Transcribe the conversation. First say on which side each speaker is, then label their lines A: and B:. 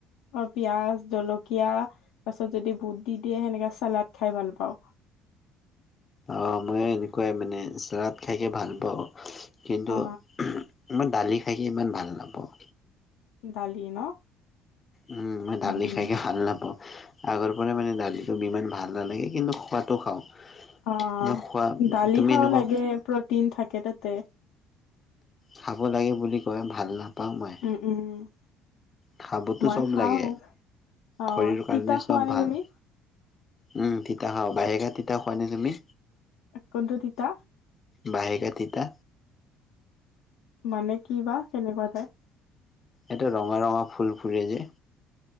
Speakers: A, on the left; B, on the left.
A: অ', পিয়াজ জলকীয়া তাৰ পাছত যদি বুট দি দিয়ে, সেনেকা চালাড খাই ভাল পাওঁ।
B: অ', ময়ো এনেকুৱাই মানে, চালাড খাই, খাই ভাল পাওঁ, কিন্তু
A: অ
B: মই দালি খাই ইমান ভাল নাপাওঁ।
A: দালি ন'?
B: উম, মই দালি
A: উম
B: খাইকে ভাল নাপাওঁ। আগৰ পৰাই মানে দালিটো ইমান ভাল নালাগে, কিন্তু খোৱাতো খাওঁ।
A: অ'
B: ন খোৱা
A: দালি
B: তুমি
A: খাব
B: এনেকুৱা
A: লাগে, প্ৰটিন থাকে তাতে।
B: খাব লাগে বুলি কয়, ভাল নাপাওঁ মই।
A: উম উম।
B: খাবটো
A: মই
B: চব
A: খাও
B: লাগে,
A: অ
B: শৰীৰৰ
A: তিতা
B: কাৰণে
A: খোৱা
B: চব
A: নে
B: ভাল।
A: তুমি
B: উম, তিতা খা বাহেকা <unintelligible> তিতা খোৱা নে তুমি?
A: কোনটো তিতা?
B: বহেকা <unintelligible> তিতা।
A: মানে কি বা কেনেকুৱা টাইপ?
B: এইটাে ৰঙা, ৰঙা ফুল ফুুলে যে।